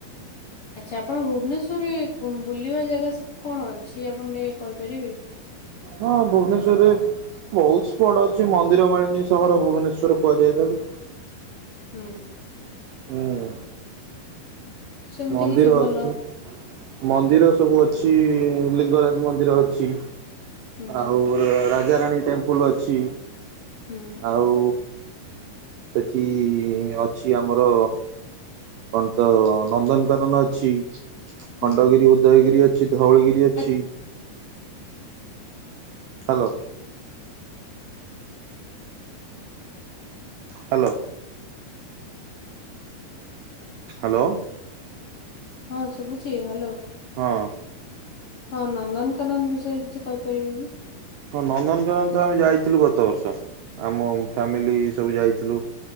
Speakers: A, on the left; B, on the right.
A: ଆଚ୍ଛା ଆପଣ ଭୁବନେସ୍ଵରରେ ଉ ବୁଲିବା ଜାଗା ସବୁ କଣ ଅଛି ଆପଣ ଟିକେ କହିପାରିବେ
B: ହଁ ଭୁବନେସ୍ବରରେ ବହୁତ ସ୍ପଟ ଅଛି ମନ୍ଦିର ମାଳିନୀ ସହର ଭୁବନେଶ୍ଵର କୁହାଯାଏ ତାକୁ।
A: ହୁଁ।
B: ହୁଁ
A: ସେମିତି
B: ମନ୍ଦିର
A: କିଛି ଭଲ
B: ଅଛି ମନ୍ଦିର ସବୁ ଅଛି ଲିଙ୍ଗରାଜ ମନ୍ଦିର ଅଛି।
A: ହୁଁ,
B: ଆଉ ରାଜାରାଣୀ ଟେମ୍ପଲ ଅଛି।
A: ହୁଁ,
B: ଆଉ ସେଠି ଅଛି ଆମର କଣ ତ ନନ୍ଦନକାନନ ଅଛି ଖଣ୍ଡଗିରି
A: ହୁଁ,
B: ଉଦୟଗିରି ଅଛି ଧଉଳଗିରି ଅଛି।
A: ଆ
B: ହ୍ୟାଲୋ। ହ୍ୟାଲୋ। ହ୍ୟାଲୋ।
A: ହଁ ଶୁଭୁଛି ହ୍ୟାଲୋ।
B: ହଁ।
A: ହଁ ନନ୍ଦନକାନନ ବିଷୟରେ କିଛି କହିପାରିବେ କି?
B: ହଁ ନନ୍ଦନକାନନ ତ ଆମେ ଯାଇଥିଲୁ ଗତ ବର୍ଷ ଆମ ଫ୍ୟାମିଲି ସବୁ ଯାଇଥିଲୁ।